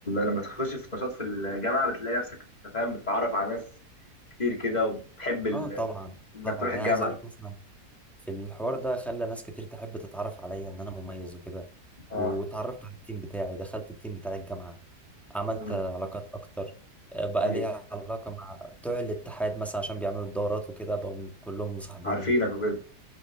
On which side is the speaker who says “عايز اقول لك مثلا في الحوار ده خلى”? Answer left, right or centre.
Centre